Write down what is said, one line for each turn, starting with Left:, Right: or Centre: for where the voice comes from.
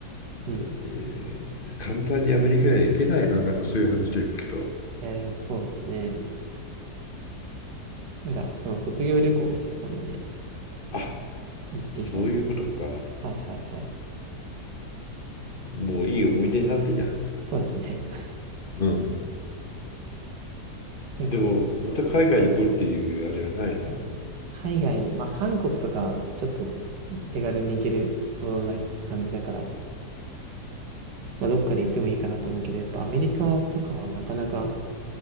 Right: うん。
Left: だえー簡単にアメリカには行けないな、なんかそういう話を聞くと。
Right: いや、でもそうですね。なんかその卒業旅行みたいな感じで
Left: あ、
Right: 行ってきたんで。
Left: そういうことか。
Right: はいはいはい。
Left: もういい思い出になってじゃん。
Right: そうですね。
Left: うん。
Right: <laughs> なんか、
Left: でも、また海外に行こうっていうあれはないの
Right: うん海外、まあ韓国とかちょっと手軽に行けるそうな感じだから、まあどっかで行ってもいいかなと思うけど、やっぱアメリカとかはなかなか